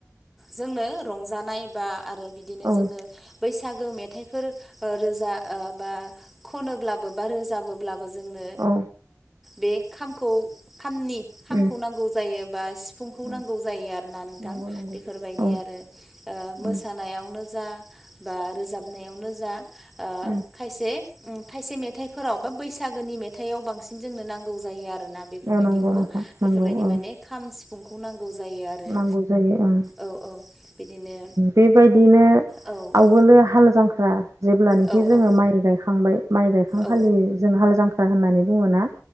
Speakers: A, in the centre; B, on the right.
A: जोंनो रंजानाय बा आरो बिदिनो
B: औ
A: जोङो बैसागो मे फोर ओ रोजा बा खनोब्लाबो रोजाबो ब्लाबो जोंनो
B: औ
A: बे खामखौ खामनि खामखौ
B: उम
A: नांगौ जायो बा सिफुंखौ
B: उम
A: नांगौ जायो आरोना नोंथां
B: नंगौ नंगौ
A: बेफोरबायदि
B: औ
A: आरो
B: उम
A: मोसानायावनो जा बा रोजाबनायावनो जा
B: उम
A: खायसे खायसे मेथाइफोराव बा बैसागोनि मेथाइआव बांसिन जोंनो नांगौ जायो आरोना बे बेफोरबायदिखौ
B: औ नंगौ नोंथां नंगौ
A: बेफोरबायदि
B: औ
A: माने खाम सिफुंखौ नांगौ जायो आरो
B: नांगौ जायो ओं
A: औ औ बिदिनो
B: बेबायदिनो
A: औ
B: आवगोलो हाल जांख्रा जेब्लानाखि
A: औ
B: जोङो
A: औ
B: माइ गायखांबाय माइ गायखां
A: औ
B: खालि जों हाल जां होननानै बुङोना